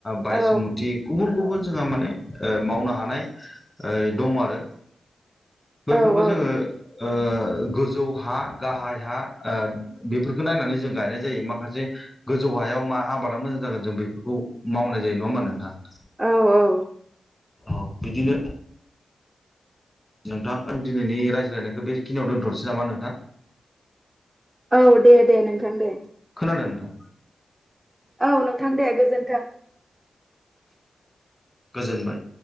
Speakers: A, on the left (about 20°); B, on the right (about 15°).
A: बायसमुथि
B: औ
A: गुबुन गुबुन जोंहा माने ओ मावनो हानाय ओ दं आरो बैफोरखौ
B: औ औ
A: जोङो ओ गोजौ हा गाहाय हा बेफोरखौ नायनानै जों गायनाय जायो माखासे गोजौ हायाव मा आबादा मोजां जागोन जों बेफोरखौ मावनाय जायो नङा होनबा नोंथां।
B: औ औ
A: औ बिदिनो नोंथां आं दिनैनि रायज्लायनायखौ बेखिनियाव दोनथ'नोसै नामा नोंथां।
B: औ दे दे नोंथां दे
A: नोंथां
B: औ नोंथां दे गोजोन्थों
A: गोजोनबाय